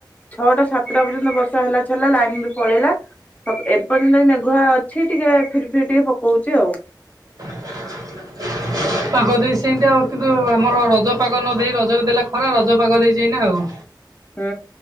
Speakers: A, on the left; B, on the right.
A: ଛଅଟା ସାତଟା ପର୍ଯ୍ୟନ୍ତ ବର୍ଷା ହେଲା ଛାଡ଼ଲା ଲାଇନ୍ ବି ପଳେଇଲା। ହକ୍ ଏ ପର୍ଯ୍ୟନ୍ତ ବି ମେଘୁଆ ଅଛି ଟିକେ ଫିରି ଫିରି ଟିକେ ପକଉଚି ଆଉ।
B: <unintelligible> ପାଗ ଦେଇଚି ସିଇନ୍ତି ଆଉ କିନ୍ତୁ ଆମର ରଜ ପାଗ ନ ଦେଇ ରଜରେ ଦେଲା ଖରା ରଜ ପାଗ ଦେଇଚି ଏଇନା ଆଉ।
A: ହୁଁ,